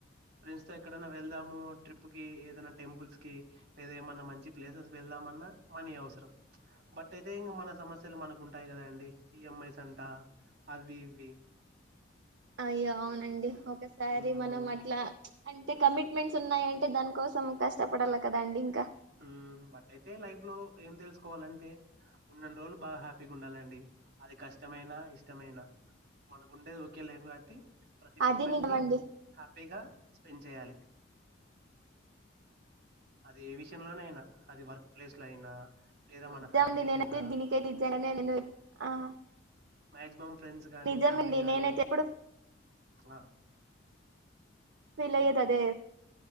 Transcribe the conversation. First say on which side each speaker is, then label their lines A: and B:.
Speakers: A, on the right; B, on the right.
A: ఫ్రెండ్స్ తో ఎక్కడన్నా వెళ్దాము ట్రిప్ కి ఏదైనా టెంపుల్స్ కి లేదా ఏమన్నా మంచి ప్లేసెస్ కి వెళ్దామన్నా మనీ అవసరం బట్ అయితే ఇంకా మన సమస్యలు మనకు ఉంటాయి కదా అండి ఈఎంఐస్ అంతా అవి ఇవి
B: అయ్యో అవునండి ఓ ఒకసారి
A: మ్మ్
B: మనం అట్లా అంటే కమిట్మెంట్స్ ఉన్నాయంటే దాని కోసం కష్టపడాలి కదండి ఇంకా
A: ఉహ్ బట్ అయితే లైఫ్ లో ఏం తెలుసుకో అంటే ఉన్న అని రోజులు బాగా హ్యాపీగా ఉండాలండి అది కష్టమైన ఇష్టమైన మనకుండేది ఒకే లైఫ్ కాట్టి ప్రతి
B: అది
A: మూమెంట్
B: నిజమండి
A: ని హ్యాపీగా <unintelligible> చేయాలి అది ఏ విషయంలో అయినా అది వర్క్ ప్లేస్ లో అయినా లేదా
B: నిజమండి
A: మన ఫ్యామిలీ
B: నేనైతే
A: అయినా
B: దీనికైతే నిజంగానే నేను ఆ
A: మేక్సిమం ఫ్రెండ్స్ కానీ
B: నిజమండి
A: ఫ్యామిలీ గానీ
B: నేనైతే ఎప్పుడు
A: ఆ
B: ఫీలయ్యే ది అదే